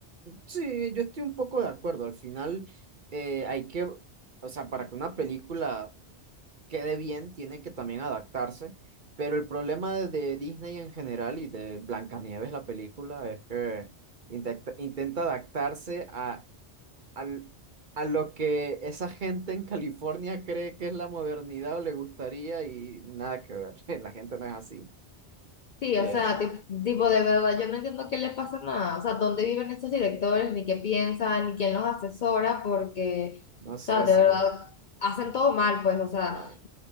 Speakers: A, on the right; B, on the left.
A: Sí, yo estoy un poco de acuerdo. Al final, eh, hay que, o sea, para que una película quede bien, tiene que también adaptarse. Pero el problema de, de Disney en general y de Blancanieves, la película, es que intenta, intenta adaptarse a, al- a lo que esa gente en California cree que es la modernidad o le gustaría y nada que ver. <laughs> La gente no es así.
B: Sí,
A: Eh,
B: o sea, ti- tipo, de verdad, yo no entiendo qué le pasa nada, o sea, dónde viven estos directores, ni qué piensan, ni quién los asesora, porque,
A: no sé
B: o sea, de
A: si
B: verdad, hacen todo mal, pues, o sea,
A: no,